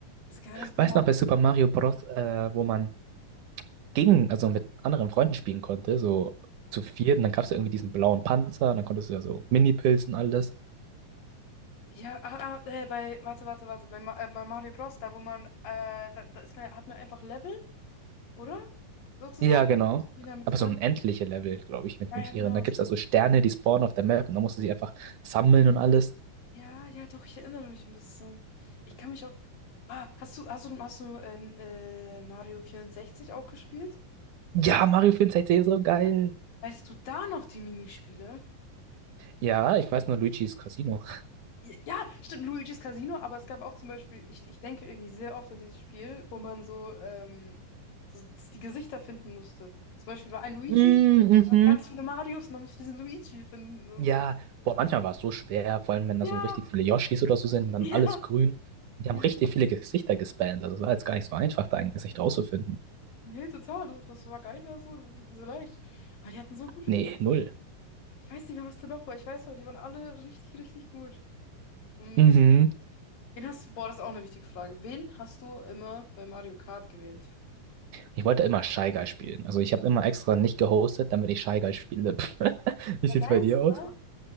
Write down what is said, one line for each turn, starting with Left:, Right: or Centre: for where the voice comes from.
Left: Also generell Super
Right: Weiß
Left: Mario.
Right: noch, bei Super Mario Bros., äh, wo man gegen, also mit anderen Freunden spielen konnte, so zu viert, und dann gab es ja irgendwie diesen blauen Panzer, und dann konntest du ja so Mini-Pilzen und alles.
Left: Ja, ah, ah, äh, bei, warte, warte, warte, bei, Ma äh, bei Mario Bros, da wo man, äh, da, da ist man, hat man einfach Level, oder? Sozusagen.
Right: Ja, genau.
Left: Die da mit
Right: Aber
Left: Freunden.
Right: so ein endliche Level, glaube ich, wenn ich
Left: Ja,
Right: mich
Left: ja,
Right: nicht
Left: genau.
Right: irre. Da gibt es also Sterne, die spawnen auf der Map und da musst du sie einfach sammeln und alles.
Left: Ja, ja, doch, ich erinnere mich ein bisschen. Ich kann mich auch. Ah, hast du, hast du, hast du äh, äh, Mario 64 auch gespielt?
Right: Ja, Mario 64 ist so geil.
Left: Weißt du da noch die Minispiele?
Right: Ja, ich weiß nur Luigi's Casino.
Left: Ja, stimmt, Luigi's Casino, aber es gab auch zum Beispiel, ich, ich denke irgendwie sehr oft an dieses Spiel, wo man so, ähm, so die Gesichter finden musste. Zum Beispiel war ein Luigi,
Right: Mm, Mhm.
Left: Ganz viele Marios und dann musst du diesen Luigi finden und
Right: Ja,
Left: so.
Right: boah, manchmal war es so schwer, vor allem wenn
Left: Ja,
Right: da so richtig viele Yoshis oder so sind, dann
Left: ja,
Right: alles grün. Die
Left: ja.
Right: haben richtig viele Gesichter gespammt. Also es war jetzt gar nicht so einfach, da ein Gesicht rauszufinden.
Left: Nee, total. Das, das war gar nicht mal so, so leicht. Aber die hatten so gute
Right: Nee,
Left: Wings.
Right: null.
Left: Ich weiß nicht mehr, was da noch war. Ich weiß aber, die waren alle richtig, richtig gut. Mhm.
Right: Mhm.
Left: Wen hast du, boah, das ist auch eine wichtige Frage. Wen hast du immer bei Mario Kart gewählt?
Right: Ich wollte immer Shy Guy spielen. Also ich habe immer extra nicht gehostet, damit ich Shy Guy spiele. <laughs> Wie
Left: Der
Right: sieht's
Left: Geist,
Right: bei dir aus?
Left: ne?